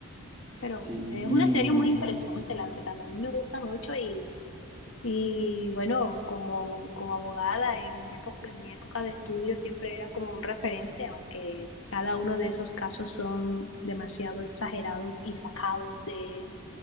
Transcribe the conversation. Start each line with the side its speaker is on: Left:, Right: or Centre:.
Left: Pero
Right: Sí,
Left: bueno, es
Right: y...
Left: una serie
Right: mm,
Left: muy interesante, la verdad. A mí me gusta mucho y, Y bueno, como, como abogada, en mis épo- en mi época de estudio siempre era como un referente, aunque cada uno de esos casos son demasiado exagerados y sacados de,